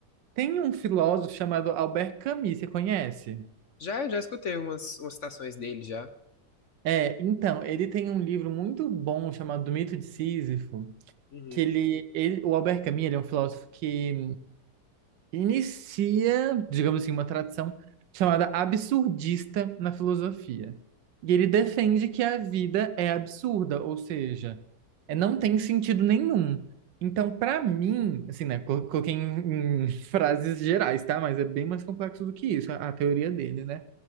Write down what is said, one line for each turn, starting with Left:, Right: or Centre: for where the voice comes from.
Right: Tem um filósofo chamado Albert Camus, você conhece?
Left: Já, já escutei umas, umas citações dele já.
Right: É, então, ele tem um livro muito bom chamado Do Mito de Sísifo,
Left: Uhum.
Right: que ele, ele, o Albert Camus, ele é um filósofo que inicia, digamos assim, uma tradição chamada absurdista na filosofia. E ele defende que a vida é absurda, ou seja, é, não tem sentido nenhum. Então, para mim, assim, né, colo- coloquei em, em <laughs> frases gerais, tá? Mas é bem mais complexo do que isso, a a teoria dele, né?